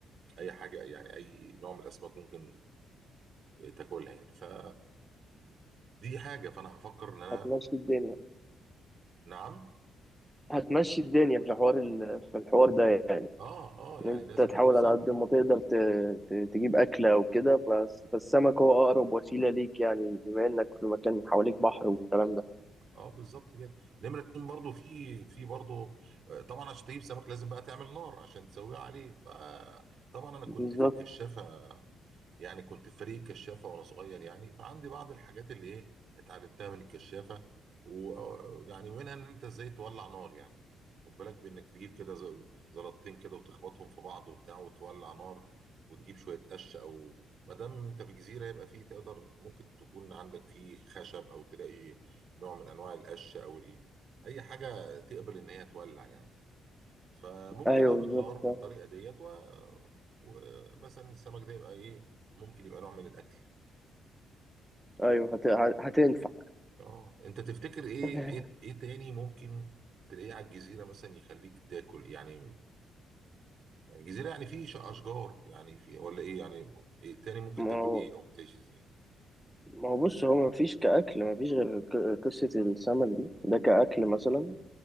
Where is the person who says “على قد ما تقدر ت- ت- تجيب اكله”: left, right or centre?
Centre